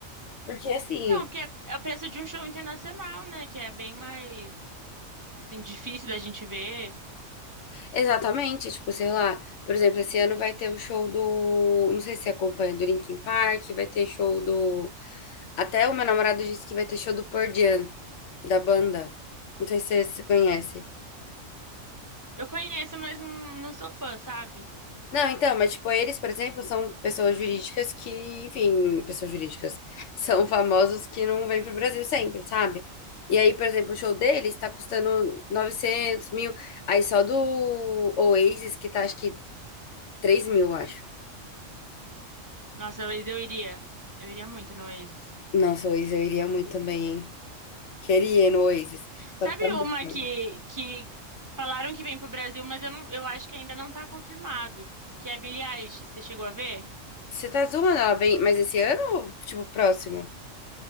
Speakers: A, on the left (about 70°); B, on the right (about 15°).
A: Porque, assim,
B: Então, porque é, é o preço de um show internacional, né? Que é bem mais, assim, difícil da gente ver.
A: Exatamente, tipo, sei lá, por exemplo, esse ano vai ter o show do, não sei se você acompanha, do Linkin Park, vai ter show do, até o meu namorado disse que vai ter show do Pearl Jam, da banda, não sei se você conhece.
B: Eu conheço, mas não, não sou fã, sabe?
A: Não, então, mas tipo, eles, por exemplo, são pessoas jurídicas que, enfim, pessoas jurídicas, <laughs> são famosos que não vêm pro Brasil sempre, sabe? E aí, por exemplo, o show deles tá custando 900 mil, aí só do Oasis que tá, acho que 3 mil, acho.
B: Nossa, Oasis eu iria. Eu iria muito no Oasis.
A: Nossa, o Oasis, eu iria muito também, hein? Queria ir no Oasis.
B: Sabe
A: Só que tá muito
B: uma
A: ruim.
B: que, que falaram que vem pro Brasil, mas eu, não, eu acho que ainda não tá confirmado, que é a Billie Eilish. Você chegou a ver?
A: Você tá zoando ela bem, mas esse ano ou, tipo, próximo?